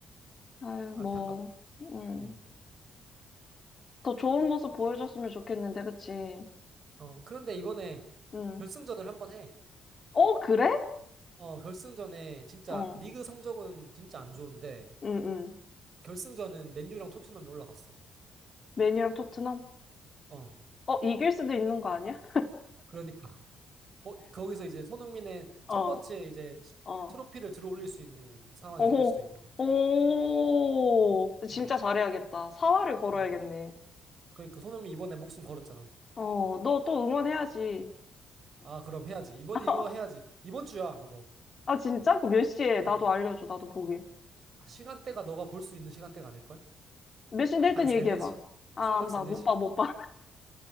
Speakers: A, on the left (about 40°); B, on the right (about 50°).
A: 아유,
B: 안타깝,
A: 뭐, 응.
B: 음.
A: 더 좋은 모습 보여줬으면 좋겠는데, 그치?
B: 어, 그런데 이번에
A: 응.
B: 결승전을 한번 해.
A: 어, 그래?
B: 어, 결승전에 진짜
A: 어,
B: 리그 성적은 진짜 안 좋은데,
A: 응, 응.
B: 결승전은 맨유랑 토트넘이 올라갔어.
A: 메뉴랑 토트넘?
B: 어,
A: 어, 이길 수도 있는 거 아니야?
B: 그러니까. 거, 거기서 이제 손흥민의
A: 어,
B: 첫 번째 이제 시-
A: 어.
B: 트로피를 들어올릴 수 있는 상황이
A: 오호,
B: 생길 수도 있는 거.
A: 오. 진짜
B: 어,
A: 잘해야겠다. 사활을 걸어야겠네.
B: 어. 그러니까 손흥민 이번에 목숨 걸었잖아.
A: 어, 너 또 응원해야지.
B: 아, 그럼 해야지. 이번에
A: <laughs>
B: 이거 해야지. 이번 주야, 그거.
A: 아, 진짜? 그 몇 시에?
B: 어.
A: 나도 알려줘. 나도 보게.
B: 아, 시간대가 너가 볼 수 있는 시간대가 아닐걸?
A: 몇 시인데 일단
B: 한
A: 얘기해봐.
B: 세네시
A: 아,
B: 새벽
A: 안
B: 세네시
A: 봐. 못 봐, 못 봐.